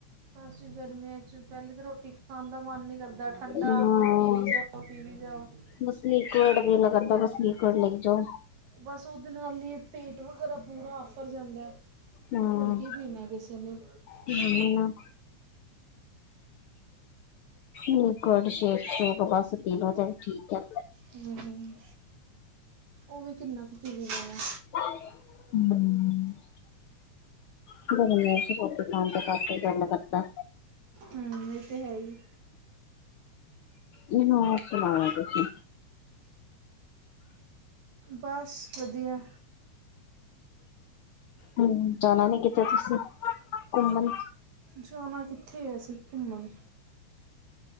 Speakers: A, on the right; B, on the left.
A: ਅਸੀਂ ਗਰਮੀਆਂ ਚ ਪਹਿਲੇ ਤਾਂ ਰੋਟੀ ਖਾਣ ਦਾ ਮਨ ਨੀ ਕਰ ਦਾ ਠੰਡਾ
B: ਹਾਂ
A: ਪੀ ਵੀ ਜਾਓ- ਪੀ ਵੀ ਜਾਓ।
B: ਬਸ ਲੀਕੂਅਡ ਦਿਲ ਕਰਦਾ, ਬਸ ਲੀਕੂਅਡ ਲਈ ਜਾਓ।
A: ਬਸ ਓਦੇ ਨਾਲ ਈ ਪੇਟ ਵਗੈਰਾ, ਪੂਰਾ ਆਫ਼ਰ ਜਾਂਦਾ ਏ।
B: ਹਾਂ
A: ਹੋਰ ਕੀ ਪੀਨਾ ਹੈ, ਕਿਸੇ ਨੇੇ।
B: <unintelligible> ਨਾ ਲਿਕੂਅਡ ਸ਼ੇਕ- ਸ਼ੂਕ ਬਸ ਪਿਲੋ ਤੇ ਠੀਕ ਐ।
A: ਹੂੰ, ਓ ਵੀ ਕਿੰਨਾ ਕੁ ਪੀ ਲਈਦਾ ਏ।
B: ਹੂੰ। <unintelligible> ਕਰਕੇ ਗੱਲ ਕਰਦਾ
A: ਹੂੰ ਏ ਤੇ, ਹੈ ਈ।
B: ਨੀ ਹਾ ਹੋਰ ਸੁਣਾਓ ਤੁਸੀਂ?
A: ਬਸ ਵਧੀਆ।
B: ਹੂੰ, ਜਾਣਾ ਨੀ ਕਿਤੇ ਤੁਸੀਂ ਘੁੰਮਣ?
A: ਜਾਣਾ ਕਿੱਥੇ ਐ ਅਸੀਂ ਘੁੰਮਣ।